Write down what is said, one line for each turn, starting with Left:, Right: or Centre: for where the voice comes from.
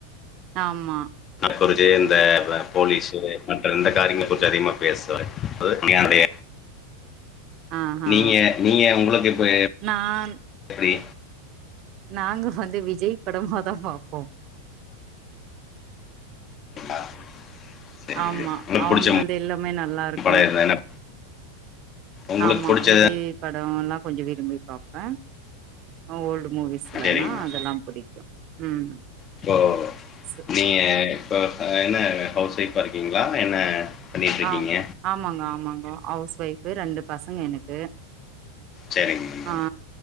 Right: ஆமா
Left: குறிச்சு இந்த ஆ போலீஸு மற்ற எந்த காரியமு குறித்து அதிகமா பேசுவாரு அதாவ்து
Right: ஆஹா
Left: நீங்க நீங்க உங்களுக்கு இப்ப
Right: நான்
Left: எப்டி
Right: நாங்க வந்து விஜய் படமாதா பாப்போ
Left: ஆ சரி
Right: ஆமா
Left: உங்களுக்கு
Right: அவங்கள்து
Left: பிடிச்ச
Right: எல்லாமே நல்லா இருக்கு
Left: படம் இருந்தா என்ன உங்களுக்கு
Right: ஆமா
Left: பிடிச்சது
Right: விஜய் ப டோ எல்லா கொஞ்ச விரும்பி பாப்பே ஆ ஓல்டு மூவிஸ்லனா
Left: சரிங்கண்ணா
Right: அதெல்லா புடிக்கு ம்
Left: இப்போ
Right: சு
Left: நீங்க இப்ப ஆ என்ன ஹவுஸ் ஒய்ஃபா இருக்கீங்களா என்ன பண்ணிட்டு இருக்கீங்க
Right: ஆ ஆமாங்க ஆமாங்கோ ஹவுஸ் ஒய் ஃபு ரெண்டு பசங்க எனக்கு
Left: சரிங்கண்ணா
Right: ஆ